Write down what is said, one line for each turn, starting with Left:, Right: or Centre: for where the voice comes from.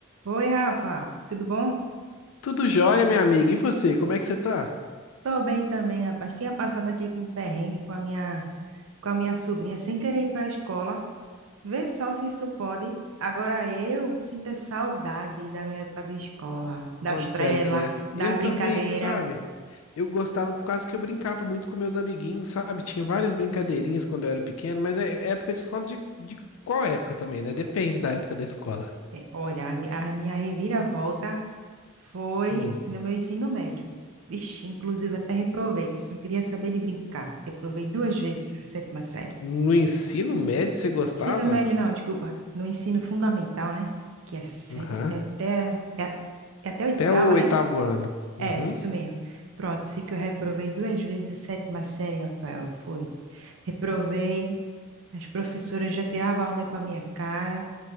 Right: Oi, Rafa, tudo bom?
Left: Tudo jóia, minha amiga. E você, como é que você tá?
Right: Tô bem também, rapaz. Tinha passado aqui com um perrengue com a minha, com a minha sobrinha, sem querer ir para a escola. Vê só se isso pode. Agora eu sinto a saudade da minha época de escola, das
Left: Quando
Right: trelas,
Left: você era criança? Eu
Right: das
Left: também,
Right: brincadeiras.
Left: sabe? Eu gostava por causa que eu brincava muito com meus amiguinhos, sabe? Tinha várias brincadeirinhas quando eu era pequeno, mas é é época de escola de, de qual época também, né? Depende da época da escola.
Right: É, olha, a, mi- a minha reviravolta foi
Left: Hum.
Right: no meu ensino médio. Vixe, inclusive até reprovei, que eu só queria saber de brincar. Reprovei duas vezes a sétima série.
Left: No ensino médio, você gostava?
Right: Ensino médio, não, desculpa. No ensino fundamental, né? Que é sete,
Left: Aham.
Right: é até, é, a- é até a oitava,
Left: Até o oitavo
Right: né?
Left: ano.
Right: É,
Left: Uhum.
Right: isso mesmo. Pronto, sei que eu reprovei duas vezes a sétima série, Rafael, foi. Reprovei, as professoras já tiravam onda com a minha cara,